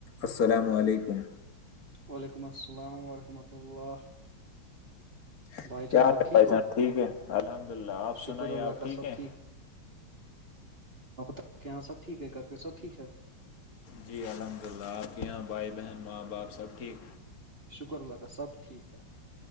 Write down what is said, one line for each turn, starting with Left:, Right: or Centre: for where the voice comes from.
Left: السلام علیکم
Right: وعلیکم السلام ورحمۃ اللہ
Left: <inaudible>
Right: بھائی
Left: کیا
Right: جان
Left: ہے
Right: آپ ٹھیک
Left: بھائی
Right: ہو
Left: جان ٹھیک ہے الحمد للہ آپ سنائیے
Right: شکر اللہ
Left: آپ
Right: کا
Left: ٹھیک
Right: سب
Left: ہیں
Right: ہ بت کہ یہاںب ٹھیک ہے گھر پہ سبٹیک ہے
Left: جی الحمد للہ آپ کے یہاں بھائی بہن ماں باپ سب ٹھیک
Right: شکر اللہاکا سب ٹھیک ہے